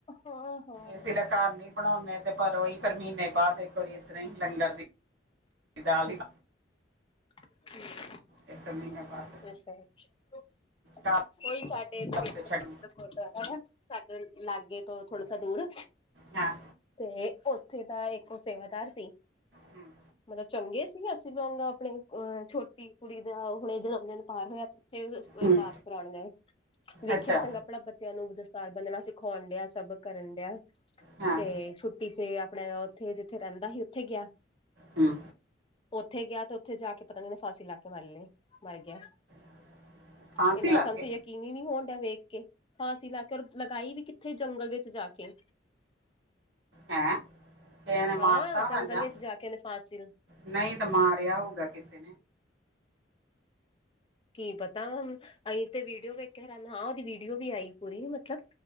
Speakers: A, on the left; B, on the right.
A: ਹਾਂ ਹਾਂ
B: ਇਸੇ ਲਈ ਘਰ ਨੀਂ ਬਣਾਉਣੇ। ਤੇ ਪਰ ਉਹੀ ਪਰ ਮਹੀਨੇ ਬਾਦ ਇੱਕ ਵਾਰੀ ਇਸ ਤਰ੍ਹਾਂ ਹੀ ਲੰਗਰ ਦੀ <inaudible> ਦਾਲ ਹੀ
A: ਹਂ।
B: ਇੱਕ ਮਹੀਨੇ ਬਾਅਦ
A: ਅੱਛਾ-ਅੱਛਾ,
B: ਹਮ,
A: ਕੋਈ ਸਾਡ। <unintelligible>
B: ਘਰ ਤੇ ਛੱਡ
A: ਸਾਡੇ ਲਾਗੇ ਤੋਂ ਥੋੜਾ ਸਾ ਦੂਰ।
B: ਹਾਂ
A: ਤੇ ਉੱਥੇ, ਦਾ ਇੱਕ ਸੇਵਾਦਾਰ ਸੀ।
B: ਹਮ,
A: ਮਤਲਬ ਚੰਗੇ ਸੀ, ਅਸੀਂ ਦੋੰਨੋ ਆਪਣੇ ਅ ਛੋਟੀ ਕੁੜੀ ਦਾ ਹੁਣੇ ਜਨਮ ਦਿਨ ਪਾਰ ਹੋਇਆ ਜਿੱਥੇ ਵੀ, ਉਸ ਵਰਦਾਸਤ
B: ਹਮ,
A: ਰੌਣ ਗਏ, ਵੇਖਿਆ
B: ਅੱਛਾ
A: ਚੰਗਾ ਭਲਾ ਬੱਚਿਆਂ ਨੂੰ ਦਸਤਾਰ ਬੰਨਣਾ ਸਿਖਾਉਣ ਡਿਆ। ਸਭ ਕਰਨ ਡਿਆ।
B: ਹਾਂ
A: ਤੇ ਛੁੱਟੀ ਚ ਆਪਣੇ ਉੱਥੇ ਜਿੱਥੇ ਰਹਿੰਦਾ ਹੀ ਉੱਥੇ ਗਿਆ।
B: ਹਮ,
A: ਉੱਥੇ ਗਿਆ ਤੇ ਉੱਥੇ ਜਾ ਕੇ ਪਤਾ ਨੀਂ ਉਹਨੇ ਫਾਂਸੀ ਲਾ ਕੇ ਮਰ ਲਈ ਮਰ ਗਿਆ।
B: <inaudible>
A: ਇਹਨਾਂ ਸਾਨੂੰ
B: ਕੇ
A: ਤੇ ਯਕੀਨ ਈ ਨਹੀਂ ਹੋਣ ਤਾਂ ਵੇਖ ਕੇ, ਫਾਂਸੀ ਲਾ ਕੇ ਔਰ ਲਗਾਈ ਵੀ ਕਿੱਥੇ ਜੰਗਲ ਵਿੱਚ ਜਾ ਕੇ
B: ਹੈਂ? ਕਿਸੇ ਨੇ ਮਾਰਤਾ
A: ਹਾਂ,
B: ਹੋਣਾ
A: ਜੰਗਲ
B: ਜਾਂ
A: ਵਿੱਚ ਜਾ ਕੇ ਉਹਨੇਂ ਫਾਂਸੀ ਲ
B: ਨਹੀਂ ਤਾਂ ਮਾਰਿਆ ਹੋਊਗਾ ਕਿਸੇ ਨੇਂ?
A: ਕੀ ਪਤਾ ਆਹੀ ਤੇ ਵੀਡੀਓ ਵੇਖ ਕੇ ਹੈਰਾਨ ਹਾਂ, ਉਹਦੀ ਵੀਡੀਓ ਵੀ ਆਈ ਪੂਰੀ ਮਤਲਬ